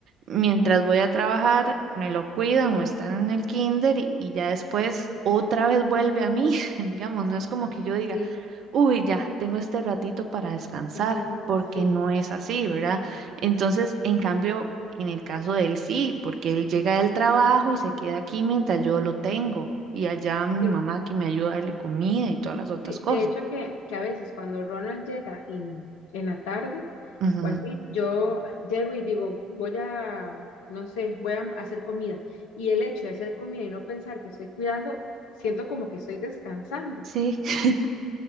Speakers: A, on the right; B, on the left.
A: Mientras voy a trabajar, me lo cuidan o están en el kinder y, y ya después otra vez vuelve a mí, <laughs> digamos, no es como que yo diga,
B: Sí,
A: uy, ya, tengo este ratito para descansar,
B: sí,
A: porque
B: sí,
A: no es así, ¿verdad? Entonces,
B: sí,
A: en cambio, en el caso de él sí, porque él llega del trabajo y se queda aquí mientras yo lo tengo y allá mi
B: sí.
A: mamá que me ayuda a darle comida y todas las otras
B: sí.
A: cosas.
B: De hecho, que, que a veces cuando Ronald llega en, en la tarde
A: Ujú.
B: o así, yo llego y digo, voy a, no sé, voy a hacer comida. Y el hecho de hacer comida y no pensar que estoy cuidando, siento como que estoy descansando.
A: Sí, <laughs>